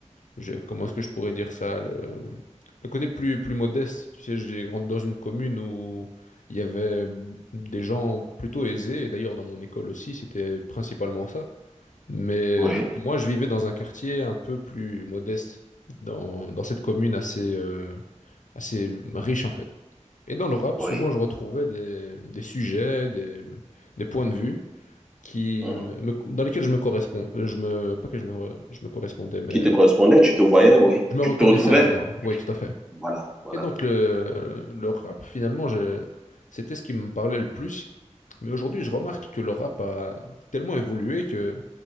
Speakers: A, on the left; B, in the centre.
A: je- comment est-ce que je pourrais dire ça, le, le côté plus, plus modeste. Tu sais, j'ai grandi dans une commune où il y avait des gens plutôt aisés, et d'ailleurs dans mon école aussi, c'était principalement ça. Mais
B: Oui,
A: moi, je vivais dans un quartier un peu plus modeste, dans, dans cette commune assez, euh, assez riche en fait. Et dans le rap,
B: oui.
A: souvent, je retrouvais des, des sujets, des, des points de vue qui
B: Mhm.
A: me, dans lesquels je me correspond, euh, je me, pas que je me, re- je me correspondais, mais
B: Qui te correspondait, tu te voyais, oui.
A: je me
B: Tu
A: reconnaissais
B: te retrouvais.
A: là-dedans. Oui, tout à fait.
B: Voilà, voilà.
A: Et donc le, le rap, finalement, je- c'était ce qui me parlait le plus. Mais aujourd'hui, je remarque que le rap a tellement évolué que